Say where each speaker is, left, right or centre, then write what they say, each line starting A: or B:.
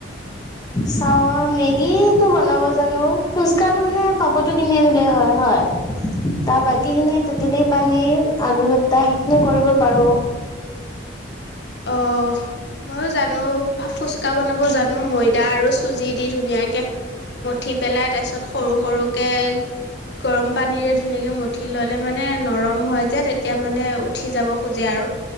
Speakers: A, on the left; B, on the left.
A: চা মেগীটো বনাব জানো, ফুচকা টো মানে পাপৰটো কিনি আনিলে হয়, হয় হয়। <inaudible> তাৰ বাকীখিনি তেঁতেলী পানী আলু কটা সেইখিনিও কৰিব পাৰো।
B: অ ময়ো জানো ফুচকা বনাব জানো ময়দা আৰু চুজি দি ধুনীয়াকৈ মঠি পেলাই তাপিছত সৰু সৰুকে। গৰম পানীৰে ধুনীয়াকে মুঠি ল'লে মানে, নৰম হ'য় যে তেতিয়া মানে উঠি যাব খোজে আৰু। আৰু